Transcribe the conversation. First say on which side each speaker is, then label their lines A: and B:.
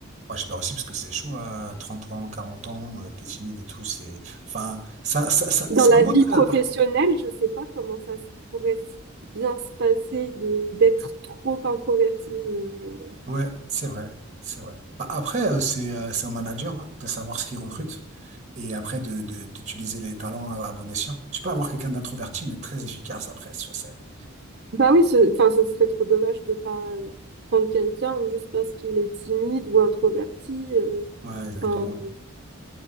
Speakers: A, on the right; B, on the right.
A: Moi, j'espère aussi, parce que c'est chaud à 30 ans, 40 ans, euh, t'es timide et tout, c'est, enfin, ça, ça, ça-
B: Dans
A: c'est
B: la
A: un beau
B: vie
A: trait
B: professionnelle,
A: d'appart.
B: je sais pas comment ça se- pourrait s- bien se passer de d'être trop introvertie. Je-
A: Ouais, c'est vrai, c'est vrai. Bah, après, euh, c'est, euh, c'est au manager, hein, de savoir ce qu'il recrute. Et après, de, de- d'utiliser les talents à, à bon escient. Tu peux avoir quelqu'un d'introverti, mais très efficace après. ça, c'est-
B: Bah oui, ce, enfin, ce serait trop dommage de pas euh, prendre quelqu'un juste parce qu'il est timide ou introverti. euh,
A: Ouais, exactement.
B: Enfin,